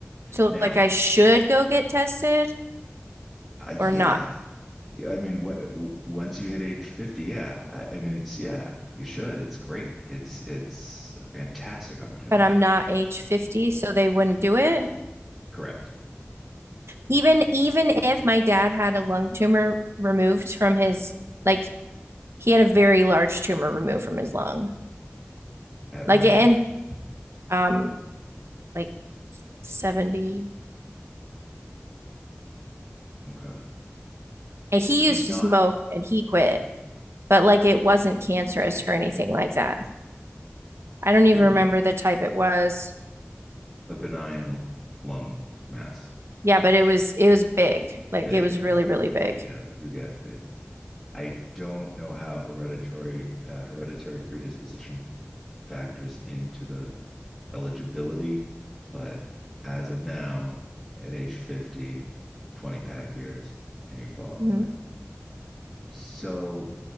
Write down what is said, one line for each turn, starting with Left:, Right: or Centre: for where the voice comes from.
Right: So
Centre: Now,
Right: like I should go get tested
Centre: uh, yeah.
Right: or not,
Centre: Yeah, I mean, wh- once you hit age 50, yeah. I, I mean, it's, yeah, you should. It's great. It's, it's a fantastic opportunity.
Right: but I'm not age 50, so they wouldn't do it.
Centre: Correct.
Right: Even even if my dad had a lung tumor removed from his like he had a very large tumor removed from his lung.
Centre: At
Right: Like
Centre: what
Right: and
Centre: age?
Right: um like 70-ish.
Centre: Okay.
Right: And he
Centre: I'm
Right: used
Centre: not
Right: to smoke and he quit, but like it wasn't cancerous or anything like that. I don't even
Centre: it was
Right: remember the type it was.
Centre: a benign lung mass.
Right: Yeah, but it was it was big. Like
Centre: Big.
Right: it was really,
Centre: Yeah.
Right: really big.
Centre: Yeah. They do get big. I don't know how hereditary, uh, hereditary predisposition factors into the eligibility, but as of now, at age 50, 20 pack years, and you qualify.
Right: Mhm.
Centre: So